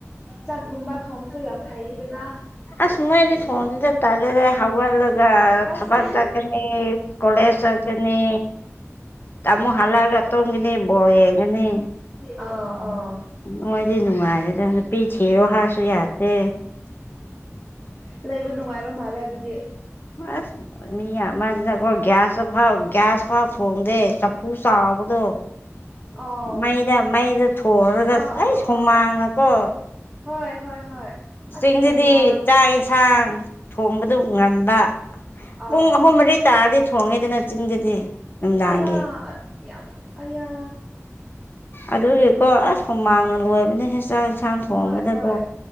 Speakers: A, in the centre; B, on the left (about 45°).
A: ꯆꯥꯛꯀꯨꯝꯕ ꯊꯣꯡ ꯗꯨ ꯌꯥꯝ ꯍꯩꯌꯦꯗꯅ꯫
B: ꯑꯁ ꯃꯣꯏꯗꯤ ꯊꯣꯡꯗꯦꯗꯥ ꯇꯜ ꯑꯗꯨꯗꯤ ꯍꯧꯒꯠꯂꯒ
A: ꯑꯁ
B: ꯊꯕꯛ ꯆꯠꯀꯅꯤ, ꯀꯣꯂꯦꯖ ꯆꯠꯀꯅꯤ꯫ ꯇꯥꯃꯣ ꯍꯜꯂꯒ ꯇꯨꯝꯒꯅꯤ ꯕꯣꯜ ꯌꯦꯡꯒꯅꯤ꯫
A: ꯎꯝ ꯑꯥ ꯑꯥ
B: ꯃꯣꯏꯗꯤ ꯅꯨꯡꯉꯥꯏꯔꯦꯗ ꯅꯨꯄꯤ ꯊꯤꯔꯣ ꯍꯥꯏꯔꯁꯨ ꯌꯥꯗꯦ꯫
A: ꯂꯩꯕ ꯅꯨꯡꯉꯥꯏꯕ ꯃꯥꯜꯂꯦ ꯑꯗꯨꯗꯤ
B: ꯑꯁ ꯃꯤ ꯌꯥꯝꯃ ꯀꯣ ꯒ꯭ꯌꯥꯁꯁ ꯐꯥꯎ ꯒ꯭ꯌꯥꯁ ꯐꯥꯎ ꯊꯣꯡꯗꯦ꯫ ꯆꯐꯨ ꯆꯥꯎꯕꯗꯣ
A: ꯑꯥꯎ
B: ꯃꯩꯗ-ꯃꯩꯗ ꯊꯣꯡꯔꯒ
A: ꯑꯥ
B: ꯑꯩꯁ!
A: ꯑꯥ
B: ꯍꯨꯃꯥꯡꯅꯀꯣ
A: ꯑꯥ ꯍꯣꯏ ꯍꯣꯏ ꯍꯣꯏ
B: ꯆꯤꯡꯗꯗꯤ
A: ꯑꯁ ꯌꯥꯝ ꯋꯥꯔꯝꯅꯦ
B: ꯆꯥꯡ-ꯑꯦꯟꯁꯥꯡ ꯊꯣꯡꯕꯗꯨ ꯉꯟꯕ
A: ꯑꯥꯎ
B: ꯄꯨꯡ ꯑꯍꯨꯝ-ꯃꯔꯤ ꯇꯥꯔꯗꯤ ꯊꯣꯡꯉꯦꯗꯅ ꯆꯤꯡꯗꯗꯤ꯫ ꯅꯨꯡꯗꯥꯡꯒꯤ
A: ꯑꯌꯥ ꯑ-ꯌꯥꯝ ꯑꯌꯥ
B: ꯑꯗꯨꯒꯤꯀꯣ ꯑꯁ ꯍꯨꯃꯥꯡꯅ ꯂꯣꯏꯕꯅꯦꯍꯦ ꯆꯥꯛ- ꯑꯦꯟꯁꯥꯡ ꯊꯣꯡꯕꯗꯀꯣ꯫
A: ꯍꯣꯏ ꯍꯣꯏ